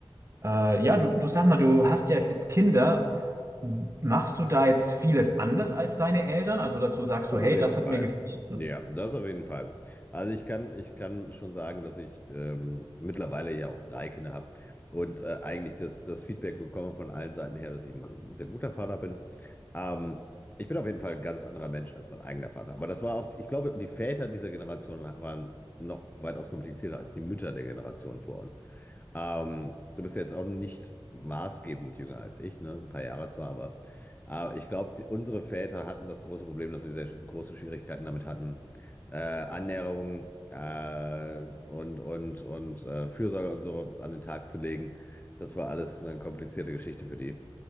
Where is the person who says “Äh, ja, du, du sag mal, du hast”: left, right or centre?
Right